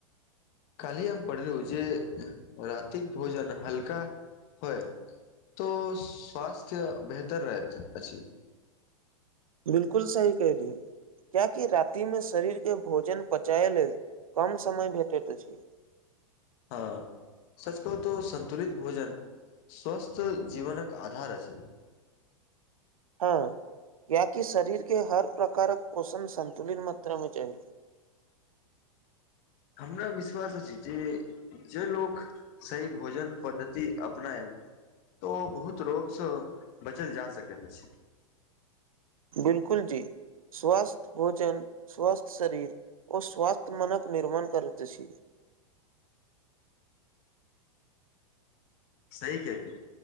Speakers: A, on the left (about 45°); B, on the right (about 80°).
A: कल्हि हम पढ़लू जे राति कऽ भोजन हल्का होइ तो स्वास्थ्य बेहतर रहत अछि।
B: बिल्कुल सही कहलि किया कि राति में शरीर केँ भोजन पचाए लेल कम समय भेटैत अछी
A: हँ सच कहू तो संन्तुलित भोजन स्वस्थ जीवनक आधार अछि।
B: हँ कियाकी शरीर केँ हर प्रकारक पोषण संन्तुलित मात्रा में चाही।
A: हमरा विश्वास अछि जे जे लोक सही भोजन पद्धति अपनायब तऽ ओ बहुत रोग स बचल जा सकैत अछि।
B: बिल्कुल जी। स्वस्थ भोजन स्वस्थ शरीर ओ स्वस्थ मनक निर्माण करैत अछी
A: सही कहले